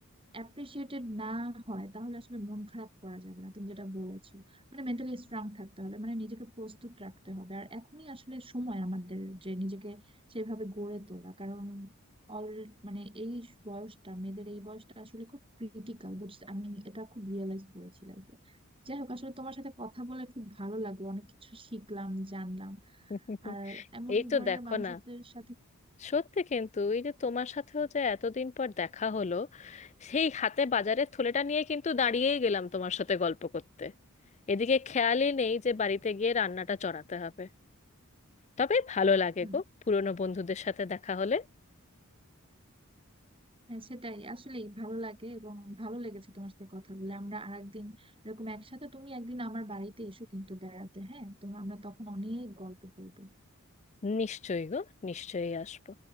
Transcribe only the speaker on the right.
অ্যাপ্রিসিয়েটেড না হয় তাহলে আসলে মন খারাপ করা যাবে না তুমি যেটা বলেছো মানে মেন্টালি স্ট্রং থাকতে হবে মানে নিজেকে প্রস্তুত রাখতে হবে আর এখনই আসলে সময় আমাদের যে নিজেকে সেভাবে গড়ে তোলা কারণ অল মানে এই বয়সটা মেয়েদের এই বয়সটা আসলে খুব ক্রিটিক্যাল বুঝতে আমি এটা খুব রিয়েলাইজ করেছি লাইফে যাই হোক আসলে তোমার সাথে কথা বলে খুব ভালো লাগলো অনেক কিছু শিখলাম জানলাম
আর এমন
ধরনের
মানুষদের
সাথে
হুম,
হ্যাঁ সেটাই আসলে ভালো লাগে এবং ভালো লেগেছে তোমার সাথে কথা বলে আমরা আরেকদিন এরকম একসাথে তুমি একদিন আমার বাড়িতে এসো কিন্তু বেড়াতে হ্যাঁ তোমার আমরা তখন অনেক গল্প করবো